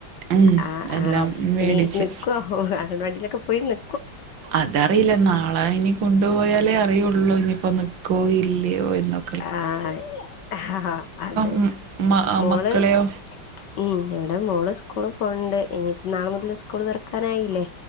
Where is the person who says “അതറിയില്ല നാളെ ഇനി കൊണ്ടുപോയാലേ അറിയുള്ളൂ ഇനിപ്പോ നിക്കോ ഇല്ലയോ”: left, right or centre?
Right